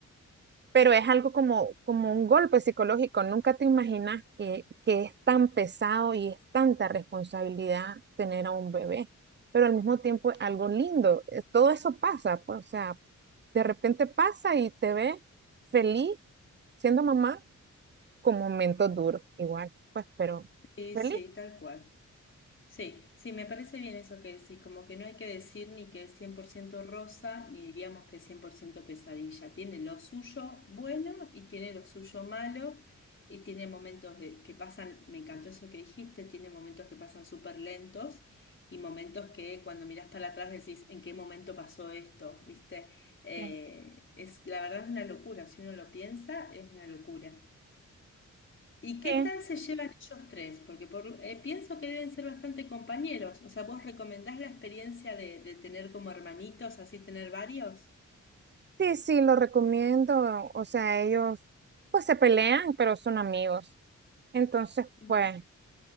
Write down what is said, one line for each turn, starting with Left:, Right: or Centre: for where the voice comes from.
Right: pero es algo como, como un golpe psicológico. Nunca te imaginas que, que es tan pesado y es tanta responsabilidad tener a un bebé, pero al mismo tiempo es algo lindo. Eh, Todo eso pasa, pues, o sea, de repente pasa y te ves feliz siendo mamá con momentos duros, igual, pues, pero
Left: Y
Right: feliz.
Left: sí, tal cual. Sí, sí, me parece bien eso que decís, como que no hay que decir ni que es 100% rosa, ni diríamos que es 100% pesadilla. Tiene lo suyo bueno y tiene lo suyo malo, y tiene momentos de, que pasan, me encantó eso que dijiste, tiene momentos que pasan súper lentos y momentos que cuando mirás para atrás decís, ¿en qué momento pasó esto? ¿Viste? Eh,
Right: Sí,
Left: es, la verdad es una locura, si uno lo piensa, es una locura. ¿Y qué
Right: sí,
Left: tal se llevan ellos tres? Porque por- eh, pienso que deben ser bastante compañeros. O sea, ¿vos recomendás la experiencia de, de tener como hermanitos, así tener varios?
Right: sí, sí, lo recomiendo. O sea, ellos pues se pelean, pero son amigos. Entonces,
Left: Ujú.
Right: pues